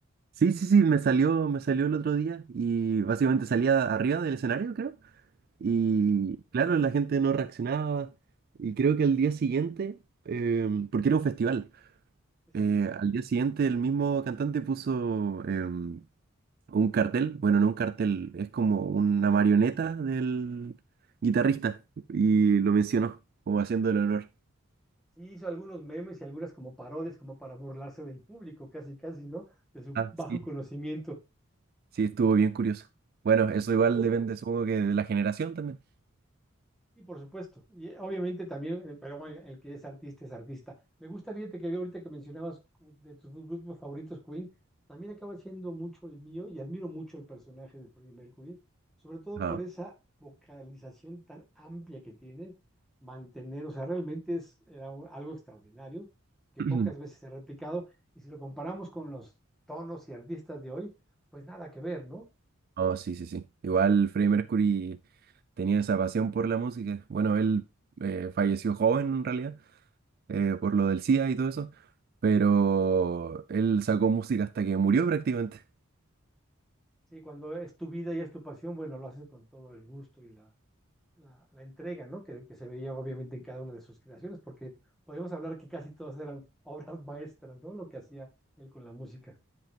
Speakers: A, on the right; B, in the centre.
A: Sí, sí, sí, me salió, me salió el otro día y básicamente salía arriba del escenario, creo. Y claro, la gente no reaccionaba. Y creo que al día siguiente, em, porque era un festival,
B: ¿sí?
A: eh, al día siguiente el mismo cantante puso em, Un cartel, bueno, no un cartel, es como una marioneta del guitarrista y lo mencionó como haciendo el honor.
B: Sí, hizo algunos memes y algunas como parodias, como para burlarse del público, casi, casi, ¿no? De su
A: Ah,
B: bajo
A: sí.
B: conocimiento.
A: Sí, estuvo bien curioso. Bueno, eso igual
B: Sí,
A: depende, supongo que de la generación también.
B: Y por supuesto, y eh, obviamente también, eh, pero bueno, el que es artista es artista. Me gusta, fíjate que vi ahorita que mencionabas cu- de tus grupos favoritos, Queen, también acaba siendo mucho el mío y admiro mucho el personaje de Freddie Mercury, sobre todo
A: Ajá.
B: por esa vocalización tan amplia que tiene, mantener, o sea, realmente es era u- algo extraordinario que
A: <clears throat>
B: pocas veces se ha replicado y si lo comparamos con los tonos y artistas de hoy, pues nada que ver, ¿no?
A: Oh, sí, sí, sí. Igual Freddie Mercury tenía esa pasión por la música. Bueno, él eh, falleció joven en realidad, eh, por lo del SIDA y todo eso, pero él sacó música hasta que murió prácticamente.
B: Sí, cuando es tu vida y es tu pasión, bueno, lo haces con todo el gusto y la la, la entrega, ¿no? Que, que se veía obviamente en cada una de sus creaciones, porque podemos hablar que casi todas eran <laughs> obras maestras, ¿no? Lo que hacía él con la música.